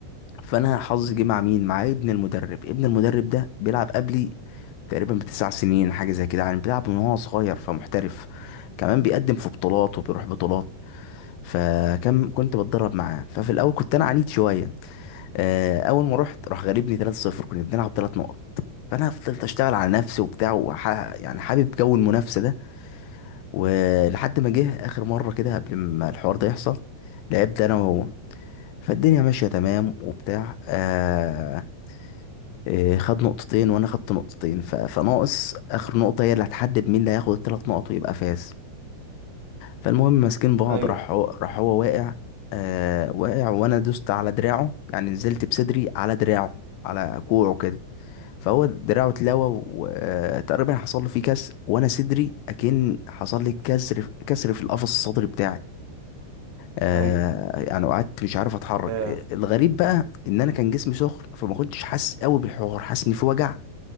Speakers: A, on the left (about 80°); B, on the right (about 85°).
A: فانا حظي جه مع مين مع ابن المدرب ابن المدرب ده بيلعب قبلي تقريبا بتسع سنين حاجه زي كده يعني بيلعب من وهو صغير فمحترف كمان بيقدم في بطولات وبيروح بطولات فكان كنت بتدرب معاه ففي الاول كنت انا عنيد شويه آه، اول ما رحت راح غالبني 3-0 كنا بنلعب 3 نقط فانا فضلت اشتغل على نفسي وبتاع وح... يعني حابب جو المنافسه ده ولحد ما جه اخر مره كده قبل ما الحوار ده يحصل لعبت انا وهو فالدنيا ماشيه تمام وبتاع آه إيه، خد نقطتين وانا خدت نقطتين ف- فناقص اخر نقطة هي اللي هتحدد مين اللي هياخد الثلاث نقط ويبقى فاز فالمهم ماسكين بعض
B: ايوه
A: راح هو راح هو واقع آه واقع وانا دوست على دراعه يعني نزلت بصدري على دراعه على كوعه كده فهو دراعه اتلوى وتقريبا حصل له فيه كسر وانا صدري اكن حصل لي كسر كسر في القفص الصدري بتاعي آه
B: ايوه
A: يعني قعدت مش عارف اتحرك
B: آه،
A: آه، الغريب بقى ان انا كان جسمي سخن فما كنتش حاسس قوي بالحوار حاسس ان في وجع